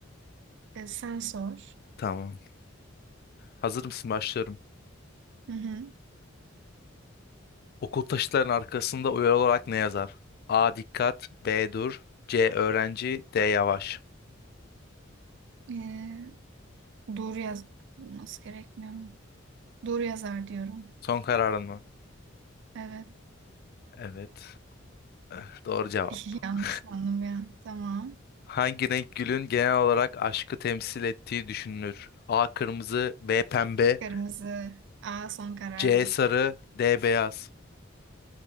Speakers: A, on the right; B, on the left.
A: E, sen sor.
B: Tamam. Hazır mısın? Başlıyorum.
A: Hı hı.
B: Okul taşıtlarının arkasında uyarı olarak ne yazar? A. Dikkat. B. Dur. C. Öğrenci. D. Yavaş.
A: Ee, doğru yazması gerekmiyor mu? Doğru yazar diyorum.
B: Son kararın mı?
A: Evet.
B: Evet. Eh, Doğru cevap.
A: <laughs> Yanlış
B: <laughs>
A: sandım ya. Tamam.
B: Hangi renk gülün genel olarak aşkı temsil ettiği düşünülür? A. Kırmızı. B. Pembe.
A: Kırmızı. Aa son kararım.
B: C. Sarı. D. Beyaz.